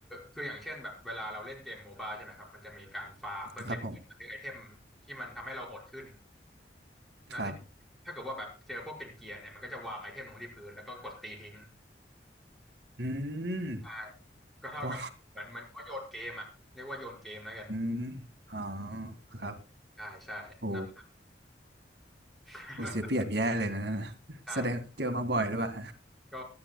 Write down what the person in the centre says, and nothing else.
คืออย่างเช่นแบบเวลาเราเล่นเกมโมบ้าใช่ไหมครับมันจะมีการฟาร์มเพื่อเก็บเงินมาซื้อไอเทมที่มันทำให้เราโหดขึ้น
แล้วทีนี้ถ้าเกิดว่าแบบเจอพวกเป็นเกียร์เนี่ยมันก็จะวางไอเทมลงที่พื้นแล้วก็กดตีทิ้ง
ใช่ก็เท่ากับเหมือนมันก็โยนเกมอ่ะเรียกว่าโยนเกมแล้วกัน
ใช่ใช่นั่น
<laughs>
ใช่
ก็